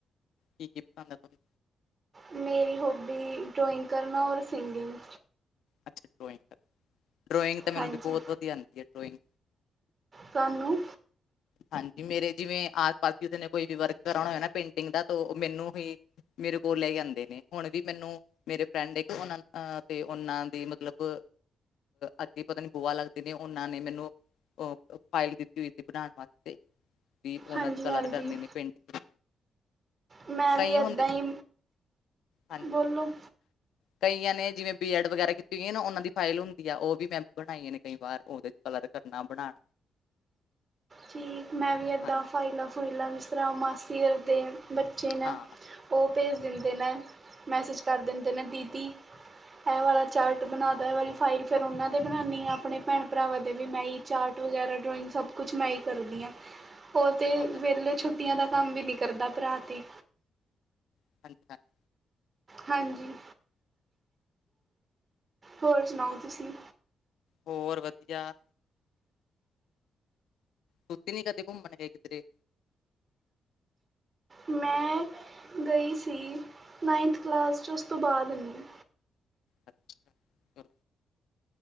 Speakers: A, on the left; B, on the right.
A: ਕੀ ਕੀ ਪਸੰਦ ਹੈ ਤਾਨੂੰ?
B: ਮੇਰੀ ਹੋਬੀ ਡਰਾਇੰਗ ਕਰਨਾ ਔਰ ਸਿੰਗਿੰਗ।
A: ਅੱਛਾ ਡਰੋਇੰਗ ਕਰ ਡਰੋਇੰਗ ਤਾਂ ਮੈਨੂੰ
B: ਹਾਂਜੀ
A: ਵੀ ਬੋਤ ਵਧੀਆ ਆਂਦੀ ਐ ਡਰੋਇੰਗ।
B: ਤਾਨੂੰ।
A: ਹਾਂਜੀ ਮੇਰੇ ਜਿਵੇਂ ਆਸ ਪਾਸ ਕਿਸੇ ਨੇ ਕੋਈ ਵੀ ਵਰਕ ਕਰਾਉਣਾ ਹੋਏ ਨਾ ਪੇਂਟਿੰਗ ਦਾ ਤਾਂ ਓ ਮੈਨੂੰ ਹੀ ਮੇਰੇ ਕੋਲ ਲੇਈ ਆਂਦੇ ਨੇ ਹੁਣ ਵੀ ਮੈਨੂੰ ਮੇਰੇ ਫਰੈਂਡ ਏਕ ਓਨਾ ਤੇ ਓਨਾਂ ਦੀ ਮਤਲਬ ਅੱਗੇ ਪਤਾ ਨੀ ਭੂਆ ਲੱਗਦੇ ਨੇ ਓਨਾਂ ਨੇ ਮੈਨੂੰ ਅ ਫਾਈਲ ਦਿੱਤੀ ਹੋਈ ਸੀ ਬਣਾ ਵਾਸਤੇ। ਤੇ ਵੀ ਓਨਾਂ
B: ਹਾਂਜੀ
A: ਚ ਕਲਰ
B: ਹਾਂਜੀ
A: ਕਰਨੇ ਨੇ ਪੇਂਟ
B: ਮੈਂ ਵੀ
A: ਹੁੰਦੇ
B: ਏਦਾਂ ਈ।
A: ਹਾਂਜੀ,
B: ਬੋਲੋ।
A: ਕਈਆਂ ਨੇ ਜਿਵੇਂ ਬੀ ਐਡ ਵਗੈਰਾ ਕੀਤੀ ਹੋਈ ਨਾ ਓਨਾਂ ਦੀ ਫਾਈਲ ਹੁੰਦੀ ਆ ਉਹ ਵੀ ਮੈਂ ਬਣਾਈਆਂ ਨੇ ਕਈ ਵਾਰ ਓਦੇ ਕਲਰ ਕਰਨਾ ਬਣਾ।
B: ਠੀਕ ਮੈਂ ਵੀ ਐਦਾਂ
A: ਹਾਂਜੀ
B: ਫਾਈਲਾਂ ਫੂਈਲਾਂ ਜਿਸ ਤਰ੍ਹਾਂ ਮਾਸੀ ਦੇ ਬੱਚੇ ਨੇ
A: ਹਾਂ
B: ਉਹ ਭੇਜ ਦਿੰਦੇ ਨੇ ਮੈਸੇਜ ਕਰ ਦਿੰਦੇ ਨੇ ਦੀਦੀ। ਐ ਵਾਲਾ ਚਾਰਟ ਬਣਾਦੇ ਏ ਵਾਲੀ ਫਾਈਲ ਫਿਰ
A: ਹਾਂ
B: ਓਨਾਂ ਦੇ ਬਣਾਨੀ ਆਂ ਅਪਣੇ ਭੈਣ ਭਰਾਵਾਂ ਦੇ ਵੀ ਮੈਂ ਈ ਚਾਰਟ ਵਗੈਰਾ ਡਰੋਇੰਗ ਸਭ ਕੁਛ ਮੈਂ ਈ ਕਰ ਉਹੀ ਨਾ, ਉਹ ਤੇ
A: ਹੋ ਜਾ
B: ਵੇਲੇ ਛੁੱਟੀਆਂ ਦਾ ਕੰਮ ਵੀ ਨਹੀਂ ਕਰਦਾ ਭਰਾ ਤੇ।
A: <unintelligible>
B: ਹਾਂਜੀ। ਹੋਰ ਸੁਣਾਓ ਤੁਸੀਂ।
A: ਹੋਰ ਵਧੀਆ। ਤੁੱਸੀ ਨਹੀਂ ਕਦੀ ਘੁੰਮਣ ਗਏ ਕਿਧਰੇ।
B: ਨਾਂ ਅ। ਰਈ ਸੀ ਨਾਈਨਥ ਕਲਾਸ ਚ ਉਸ ਤੋਂ ਬਾਅਦ ਨਹੀਂ।
A: ਅੱਛਾ ਚਲੋ